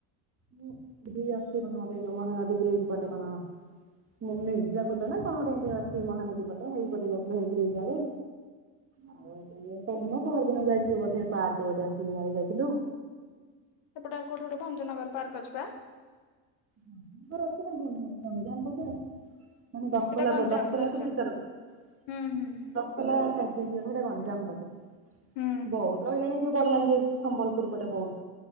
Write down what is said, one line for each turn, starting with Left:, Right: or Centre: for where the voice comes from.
Right: ହୁଁ ଏଇଠି ଅଛି କଣ <unintelligible> ମହାନଦୀ ବ୍ରିଜ ପଟେ କଣ ମି ମିର୍ଜାକୁଦ ନା କଣ ଗୋଟେ ଇନ୍ତି ଅଛି ମହାନଦୀ ପଟେ ହେଇପଟେ ଯାଇଥିଲୁ ହେଇ ବ୍ରିଟିଶ ଆଡେ। ଆଉ <inaudible> <unintelligible> ପହରଦିନ ଯାଇଥିଲୁ ବୋଧେ ପାର୍କ ଗୋଟେ ଅଛି ବୋଧେ ଆମେ ଯାଇଥିଲୁ।
Left: ସେପଟେ ଆ କୋଉଠି ଗୋଟେ ଭଞ୍ଜନଗର ପାର୍କ ଅଛି ପା।
Right: ଭଞ୍ଜନଗର ଅଛି ନା <inaudible> ଗଞ୍ଜାମ ପଟେ। ମାନେ ଦଶପଲାଫୁ
Left: ସେଇଟା ଗଞ୍ଜାମ
Right: ଦଶପଲାଠୁ
Left: ଗଞ୍ଜାମ।
Right: ଭିତରକୁ
Left: ହୁଁ ହୁଁ ହୁଁ।
Right: ଦଶ୍ ପଲା ସବଡିଭିଜନ ସେଟା ଗଞ୍ଜାମ ପଟେ
Left: ହୁଁ
Right: ବହୁଦ୍ ରହିଲାଣି ସେ ବଲାଙ୍ଗୀର ସମ୍ବଲପୁର ପଟେ ବୌଦ୍।